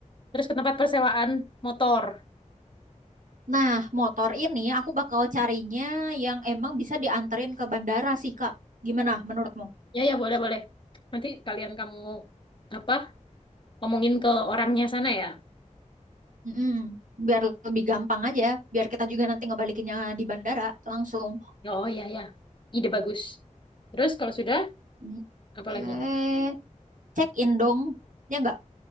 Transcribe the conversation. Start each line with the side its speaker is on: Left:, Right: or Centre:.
Left: terus ke tempat persewaan motor.
Right: Nah, motor ini aku bakal carinya yang emang bisa dianterin ke bandara sih, Kak. Gimana menurutmu?
Left: Ya, ya, boleh, boleh. Nanti kalian kamu apa? Ngomongin ke orangnya sana ya.
Right: Mm-mm. Biar lebih gampang aja, biar kita juga nanti ngebalikinnya di bandara langsung.
Left: Oh, ya, ya. Ide bagus. Terus kalau sudah,
Right: Mm.
Left: apa
Right: Eh,
Left: lagi?
Right: check in dong, ya nggak?